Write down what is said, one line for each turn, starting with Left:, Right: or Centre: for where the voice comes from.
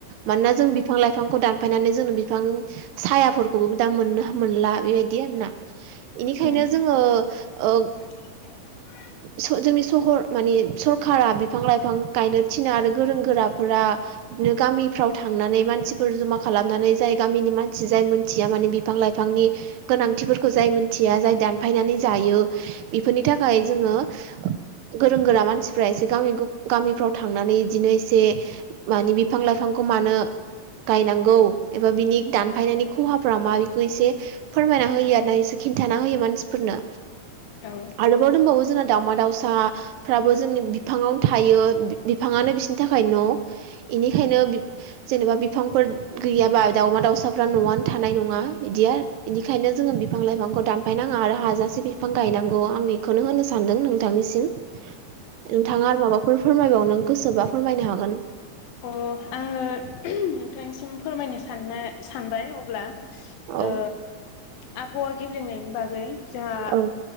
Right: मानोना जों बिफां लाइफांखौ दानफायनानै जों बि बिफां सायाफोरखौबो दा मोननो मोनला बेबायदि आरोना बेनिखायनो
Left: उम
Right: जोङो आ
Left: <inaudible>
Right: जोंनि सहर माने सरखारा बिफां लाइफां गायनो थिनो आरो गोरों गोराफोरा बिदिनो गामिफ्राव थांनानै मानसिफोर जमा खालामनानै जाय गामिनि मानसि जाय मोनथिया माने बिफां लाइफांनि गोनांथिफोरखौ जाय मिथिया जाय दानफायनानै जा हायो बेफोरनि थाखाय जोङो गोरों गोरा मानसिफोरा एसे गामि गफ गामि मिफ्राव थांनानै बिदिनो एसे माने बिफां लाइफांखौ मानो गायनांगौ एबा बिनि दानफायनायनि खहाफोरा मा बेखौ एसे फोरमायना होयो आरो एसे खिन्थाना होयो मानसिफोरनो।
Left: औ
Right: आरोबाव दंबावो जोंना दावउमा दावसाफ्राबो जोंनि बिफाङावनो थायो बिफाङानो बिसिनि थाखाय न' बेनिखायनो जेनेबा बिफांफोर गैयाबा दाउमा दाउसाफ्रा न'आनो थानाय नङा बिदिया बेनिखायनो जोङो बिफां लाइफांखौ दानफायनाङा आरो हाजासे बिफां बिफां गायनांगौ आं बेखौनो होनो सानदों नोंथांनिसिम। नोंथाङा आरो माबाफोर फोरमायबावनो गोसोबा फोरमायनो हागोन।
Left: अ आङो नोंथांनिसिम फोरमायनो साननो सानबाय अब्ला।
Right: औ
Left: ओ आबहावा गेब्रेंनायनि बागै जोंहा आब
Right: औ